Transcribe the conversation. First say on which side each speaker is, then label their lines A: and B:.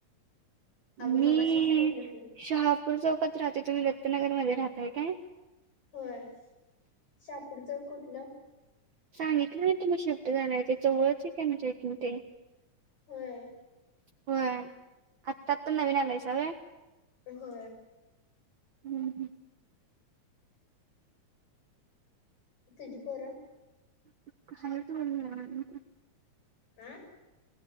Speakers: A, on the left (about 75°); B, on the right (about 65°).
A: अगं
B: मी
A: मगाशी सांगितलं की
B: शहापूर चौकात राहते तुम्ही दत्तनगर मध्ये राहताय काय?
A: होय शहापूरचा कुठलं?
B: सांगितलं ना तुम्ही शिफ्ट झालाय ते जवळच आहे का म्हणजे इकून ते
A: होय.
B: हो आत्ताात पण नवीन आलायसा होय.
A: हो
B: हम् हम
A: तुजीपोर
B: <inaudible>
A: आं